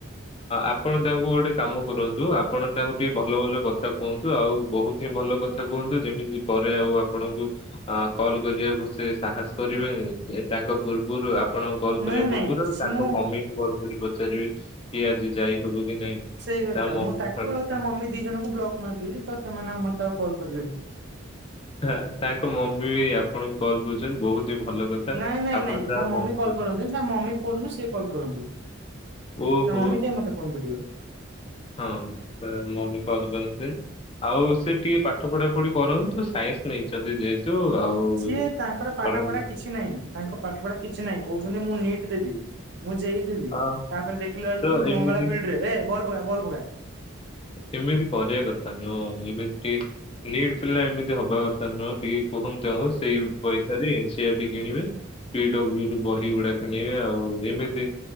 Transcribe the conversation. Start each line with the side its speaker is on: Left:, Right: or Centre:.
Left: ଆପଣ ତାଙ୍କୁ ଗୋଟେ କାମ କରନ୍ତୁ ଆପଣ ତାଙ୍କୁ ଟିକେ ଭଲ ଭଲ କଥା କୁହନ୍ତୁ। ଆଉ ବହୁତ ହିଁ ଭଲ କଥା କୁହନ୍ତୁ। ଯେମିତି ପରେ ଆଉ ଆପଣଙ୍କୁ ଅ କଲ କରିବାକୁ ସେ ସାହସ କରିବେ, ତାଙ୍କ ପୂର୍ବରୁ ଆପଣ କଲ୍ କରିବା
Right: ନାଇଁ ନାଇଁ
Left: ପୂର୍ବରୁ, ତାଙ୍କ
Right: ମୁଁ
Left: ମମିଙ୍କୁ କଲ୍ କରି ପଚାରିବେ କି ଆଜି ଯାଇ ହବ କି ନାଇଁ?
Right: ସେଇ କଥା
Left: ତା ମମି
Right: ମୁଁ ତାକୁ
Left: ଠାରୁ-
Right: ଆଉ ତା ମମି ଦି ଜଣଙ୍କୁ ବ୍ଲକ ମାରିଦେବି ତ ସେମାନେ ଆଉ ମତେ ଆଉ କଲ୍ କରିବେନି।
Left: ତା, ତାଙ୍କ ମମି ବି ଆପଣଙ୍କୁ କଲ କରୁଛନ୍ତି ବହୁତ। ଯେ ଭଲ କଥା।
Right: ନାଇଁ ନାଇଁ
Left: ଆପଣ
Right: ନାଇଁ
Left: ଯାହା
Right: ତା
Left: ମମି
Right: କଲ୍
Left: କଥା
Right: କରନ୍ତିନି ତା ମମି ଫୋନରୁ ସିଏ କଲ୍ କରନ୍ତୁ
Left: ଓହୋ
Right: ତା ମମି କାଇଁ ମତେ ଫୋନ୍ କରିବେ?
Left: ହଁ, ତା ମମି କଲ କରନ୍ତି। ଆଉ ସେ ଟିକେ ପାଠ ପଢା ପଢି କରନ୍ତୁ? ସାଇନ୍ସ ନେଇଛନ୍ତି ଯେହେତୁ। ଆଉ
Right: ସିଏ ତାଙ୍କର ପାଠ
Left: ପଢାପଢି
Right: ପଢା କିଛି ନାହିଁ। ତାଙ୍କ ପାଠ ପଢା କିଛି ନାହିଁ। କହୁଛନ୍ତି ମୁଁ ନିଟ୍ ଦେବି। ମୁଁ ଯେଇ ଦେବି
Left: ହଁ
Right: ତାପରେ ଦେଖିଲା ବେଳକୁ,
Left: ତ ଏମିତି
Right: ମଙ୍ଗଳା ଫିଲ୍ଡ ରେ ଏ ବଲ ପକା, ବଲ ପକା।
Left: ଏମିତି କରିବା କଥା ନୁହ। ଏମିତି ନିଟ୍ ପିଲା ଏମିତି ହବା କଥା ନ ଟି କୁହନ୍ତୁ ଆଉ ସେଇ ପଇସା ରେ। ସେଆଟି କିଣିବେ। ପିଡବ୍ଲୁ ରୁ ବହି ଗୁଡା କିଣିବେ ଆଉ ଏମିତି।